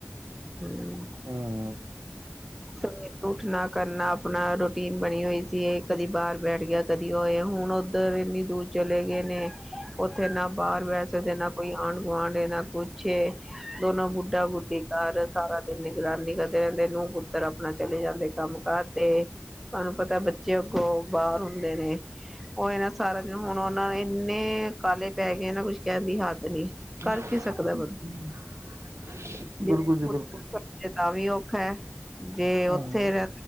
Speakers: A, in the centre; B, on the right.
A: ਹੂੰ,
B: ਹੂੰ
A: ਸਵੇਰੇ ਉੱਠਨਾ ਕਰਨਾ ਨਾ ਰੂਟੀਨ ਬਣੀ ਹੋਈ ਸੀ ਏ ਕਦੀ ਬਾਹਰ ਬੈਠ ਗੇਆ ਕਦੀ ਓ ਏ ਹੁਣ ਓਦਰ ਏਨੀ ਦੂਰ ਚਲੇ ਗਏ ਨੇ, ਓਥੇ ਨਾ ਬਾਰ ਬੈ ਨਾ ਕੋਈ ਆਂਡ-ਗੁਆਂਡ ਏ ਨਾ ਕੁੱਛ ਏ। ਦੋਨੋ ਬੁੱਡਾ-ਬੁੱਡੀ ਘਾਰ ਸਾਰਾ ਦਿਨ ਨਿਗਰਾਨੀ ਕਰਦੇ ਰੈਂਦੇ ਨੂੰ-ਪੁੱਤਰ ਆਪਨਾ ਚਲੇ ਜਾਂਦੇ ਕੰਮ-ਕਾਰ ਤੇ ਤੁਆਨੂੰ ਪਤਾ ਬੱਚੇ ਅੱਗੋਂ, ਬਾਰ ਹੁੰਦੇ ਨੇ। ਓ ਏ ਨਾਂ ਸਾਰਾ ਦਿਨ ਹੋਣ ਓਨਾਂ ਐਨੇ, ਕਾਲੇ ਪੈ ਗੇ ਨਾ ਕੁਝ ਕੈਨ ਦੀ ਹਾੱਦ ਨੀ।
B: <inaudible>
A: ਕਰ ਕੀ ਸਕਦਾ ਬੰਦਾ <unintelligible>
B: ਬਿਲਕੁਲ ਜੀ ਬਿਲਕੁਲ
A: ਤਾਂ ਵੀ ਔਖਾ ਐ, ਜੇ ਓਥੇ
B: ਹੂੰ
A: ਰੈ